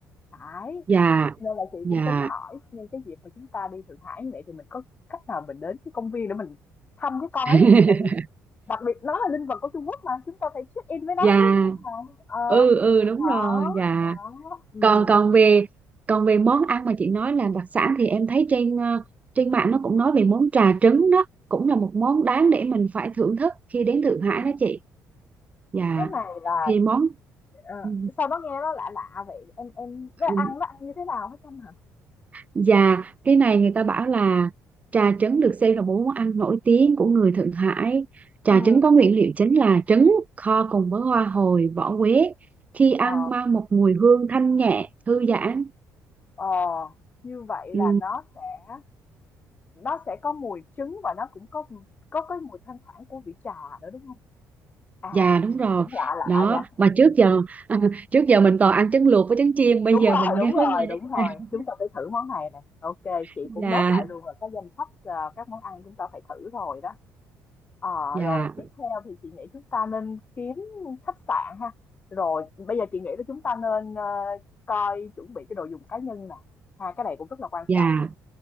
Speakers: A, on the left; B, on the right.
A: phải
B: dạ
A: Cho nên là chị
B: dạ
A: cũng tính hỏi nhưng cái dịp mà chúng ta đi Thượng Hải như vậy thì mình có cách nào mình đến cái công viên để mình thăm cái con
B: <laughs>
A: ấy không Tại vì đặc biệt nó là linh vật của Trung Quốc mà, chúng ta phải check-in với nó
B: dạ
A: chứ, đúng không bạn? Ờ,
B: ừ ừ đúng
A: đó,
B: rồi dạ
A: đó, ừm,
B: còn còn về còn về món ăn mà chị nói là đặc sản thì em thấy trên ờ, trên mạng nó cũng nói về món trà trứng đó cũng là một món đáng để mình phải thưởng thức khi đến Thượng Hải
A: ừm,
B: đó chị dạ
A: cái này là
B: thì món
A: Ờ,
B: ừ,
A: sao nó nghe nó lạ lạ vậy? Em em nó
B: ừ.
A: ăn nó ăn như thế nào hả Trâm hả?
B: Dạ, cái này người ta bảo là trà trứng được xem là một món ăn nổi tiếng của người Thượng Hải. Trà
A: Ừ.
B: trứng có nguyên liệu chính là trứng kho cùng với hoa hồi, vỏ quế. Khi ăn
A: Ờ,
B: mang một mùi hương thanh nhẹ, thư giãn.
A: ờ, như vậy
B: Ừ,
A: là nó sẽ nó sẽ có mùi trứng và nó cũng có có cái mùi thoang thoảng của vị trà nữa đúng không? À,
B: dạ đúng rồi.
A: cũng lạ lạ
B: Đó,
A: nha.
B: mà
A: Ừ,
B: trước giờ
A: ừ.
B: <laughs> trước giờ mình toàn ăn trứng luộc với trứng chiên, bây
A: Đúng
B: giờ
A: rồi,
B: mình
A: đúng
B: nghe mới
A: rồi,
B: nghe
A: đúng
B: đến cái
A: rồi.
B: này.
A: Chúng ta phải thử món này nè. Ok, chị
B: Dạ,
A: cũng nốt lại luôn rồi cái danh sách ờ, các món ăn chúng ta phải thử rồi đó. Ờ,
B: dạ,
A: rồi tiếp theo thì chị nghĩ chúng ta nên kiếm khách sạn ha. Rồi bây giờ chị nghĩ là chúng ta nên ờ, coi chuẩn bị cái đồ dùng cá nhân nè. Ha, cái này cũng rất là quan
B: dạ,
A: trọng nè.